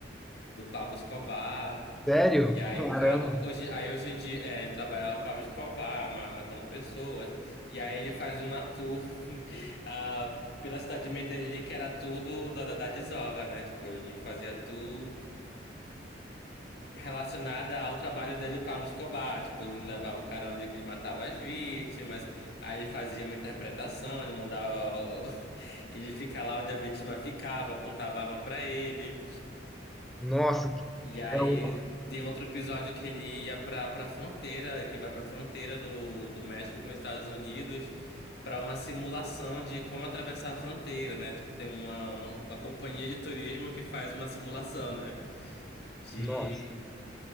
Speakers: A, on the left; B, in the centre.
A: do Pablo Escobar.
B: Sério?
A: E aí
B: Caramba.
A: o cara, o- hoje, aí hoje em dia é, ele trabalha o Pablo Escobar, ma- matando pessoas. E aí ele faz uma tour <laughs> ah, pela cidade de Medellín, que era tudo da, da, da desova, né? Tipo, ele fazia tour relacionada ao trabalho dele, o Pablo Escobar. Tipo, ele levava o cara onde que ele matava as vítimas. Aí ele fazia uma interpretação, ele mandava o- <laughs> ele ficar lá onde a vítima ficava, apontava a arma pra ele.
B: Nossa, que-
A: E aí
B: é o.
A: tem outro episódio que ele ia pra, pra fronteira, que ele vai pra fronteira do, do México com os Estados Unidos pra uma simulação de como atravessar a fronteira, né? Tipo, tem uma, uma companhia de turismo que faz uma simulação, né? De,
B: Nossa.